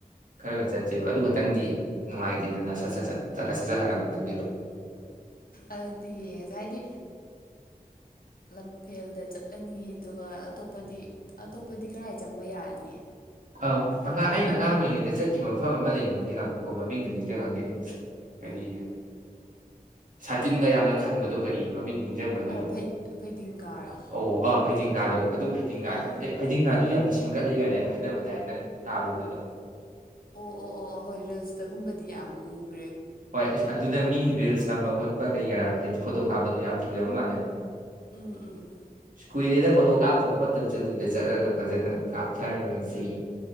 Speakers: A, on the right (about 60°); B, on the left (about 70°).
A: ꯈꯔꯒ ꯆꯠꯁꯦꯕ ꯑꯗꯨ ꯈꯛꯇꯪꯗꯤ ꯅꯨꯡꯉꯥꯏꯇꯦꯗꯅ ꯁꯠ ꯁꯠ ꯁꯠ ꯆꯠꯂ ꯁꯠ ꯆꯠ ꯍꯜꯂꯛꯄꯗꯨꯗꯤ
B: ꯑꯗꯨꯗꯤ <unintelligible> ꯍꯥꯏꯗꯤ ꯂꯝꯐꯦꯜꯗ ꯆꯠꯂꯅꯤ ꯑꯗꯨꯒ ꯑꯇꯣꯞꯄꯗꯤ ꯑꯇꯣꯞꯄꯗꯤ ꯀꯔꯥꯏ ꯆꯪꯕ ꯌꯥꯔꯅꯤ
A: ꯑꯧ
B: ꯑꯩ
A: ꯑꯉꯥꯡ ꯑꯩꯅ ꯑꯉꯥꯡ ꯑꯣꯏꯔꯤꯉꯩꯗ ꯆꯠꯈꯤꯕ ꯃꯐꯝ ꯑꯃ ꯂꯩꯕꯅꯤꯅ <unintelligible> ꯃꯃꯤꯡꯗꯨꯣ ꯅꯤꯡꯁꯤꯡꯉꯒꯦꯅꯦ ꯀꯔꯤꯒ
B: ꯑꯥ
A: ꯁꯇꯤꯟꯒ ꯌꯥꯝꯅ ꯈꯟꯕꯗꯣ ꯀꯔꯤꯕ ꯃꯃꯤꯡ ꯅꯤꯡꯁꯤꯡꯕ꯭ꯔꯥ ꯑꯗꯨꯗꯣ
B: ꯑꯣ ꯐꯩꯗꯤꯡꯒꯥꯔꯣ
A: ꯑꯣ ꯑꯥ ꯗꯤꯡꯒꯥꯥꯗꯣ ꯑꯗꯨ ꯐꯩꯗꯤꯡꯒ
B: ꯑꯥ
A: ꯐꯩꯗꯤꯡꯒꯥ <unintelligible> ꯑꯗꯨꯨ ꯌꯥꯝ ꯁꯦꯝꯒꯠꯂꯦ ꯀꯥꯏꯗꯤ ꯍꯥꯏꯅꯕꯅꯦ ꯇꯥꯏ ꯅꯪ ꯇꯥꯕꯔꯣ ꯑꯗꯨꯗꯣ
B: ꯑꯣ ꯑꯣ ꯑꯣ ꯍꯣꯏ ꯔꯤꯜꯁꯇꯒꯨꯝꯕꯗꯤ ꯌꯥꯝ ꯎꯕ
A: ꯍꯣꯏ ꯑꯗꯨꯗ ꯃꯤ ꯔꯤꯜꯁ ꯇꯝꯕ ꯈꯣꯠ ꯀꯩ ꯀꯔꯥ ꯍꯥꯏꯗꯤ ꯐꯣꯇꯣ ꯀꯥꯞꯄꯗꯣ ꯌꯥꯝ ꯐꯖꯕ ꯃꯥꯜꯂꯦꯕ
B: ꯎꯝ ꯎꯝ
A: ꯀꯨꯏꯗꯦꯗ ꯐꯣꯇꯣ ꯀꯥꯞꯇꯕ ꯈꯣꯠꯇꯕꯁꯨ ꯑꯗꯨꯗ ꯆꯠꯂꯒ ꯐꯖꯅ ꯀꯥꯞꯊꯔꯨꯔꯁꯤ